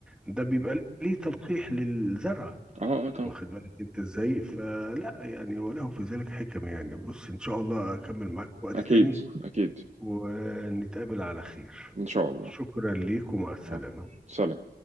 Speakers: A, in the centre; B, on the right (about 40°).
A: ده بيبقى ليه تلقيح للزرع
B: اه اه طبعا
A: واخد بالك انت ازاي فلا يعني وله في ذلك حكم يعني بص ان شاء الله اكمل معاك في وقت
B: اكيد
A: تاني
B: اكيد
A: ونتقابل على خير
B: ان شاء الله
A: شكرا ليك ومع السلامة
B: آه. سلام